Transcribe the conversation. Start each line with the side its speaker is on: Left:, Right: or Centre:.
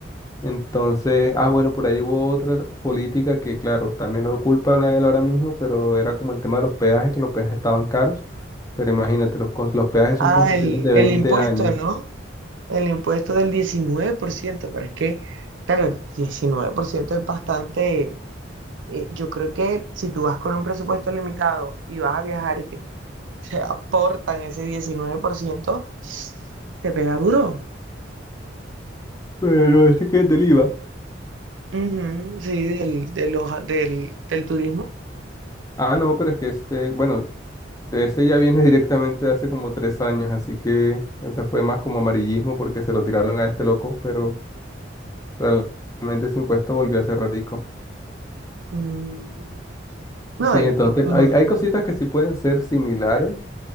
Left: Entonces, ah, bueno, por ahí hubo otra política que, claro, también lo culpan a él ahora mismo, pero era como el tema de los peajes, que los peajes estaban caros, pero imagínate, los, cons- los peajes
Right: Ah,
Left: son concesiones
Right: el,
Left: de
Right: el
Left: 20
Right: impuesto,
Left: años.
Right: ¿no? el impuesto del 19%, pero es que, claro, el 19% es bastante, eh, yo creo que si tú vas con un presupuesto limitado y vas a viajar y te, <laughs> te aportan ese diecinueve por ciento te pega duro.
Left: Pero este que es del IVA.
Right: Ujú, sí, del, de los- del, del turismo.
Left: Ah, no, pero es que este, bueno, Ese ya viene directamente de hace como tres años, así que ese fue más como amarillismo porque se lo tiraron a este loco, pero realmente ese impuesto volvió hace ratico.
Right: Mm, no,
Left: Sí,
Right: y-
Left: entonces
Right: y-
Left: hay,
Right: ujú.
Left: hay cositas que sí pueden ser similares,